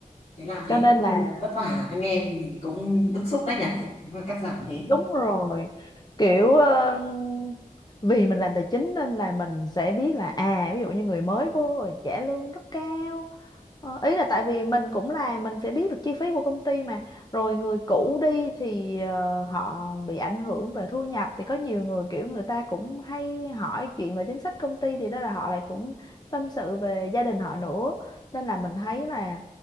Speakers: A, on the left; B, on the left.
A: thế làm thì
B: cho
A: cũng
B: nên là
A: vất vả anh em thì cũng bức xúc đấy nhỉ Thế mà cắt giảm thế
B: đúng rồi kiểu ờ, vì mình làm tài chính nên là mình sẽ biết là à ví dụ như người mới vô rồi trả lương rất cao Ờ, ý là tại vì mình cũng là mình sẽ biết được chi phí của công ty mà rồi người cũ đi thì ờ, họ bị ảnh hưởng về thu nhập thì có nhiều người kiểu người ta cũng hay hỏi chuyện về chính sách công ty thì đó là họ lại cũng tâm sự về gia đình họ nữa nên là mình thấy là